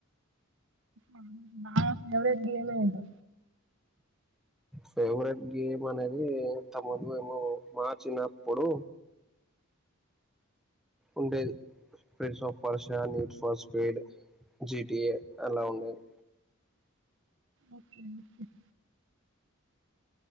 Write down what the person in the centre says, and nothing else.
ఫేవరెట్ గేమ్ అనేది ఇంతకుముందు ఏమో మా చిన్నప్పుడు. ఉండేది friends of. పర్షియ neat ఫాస్ spade GTA అలా ఉండేవి.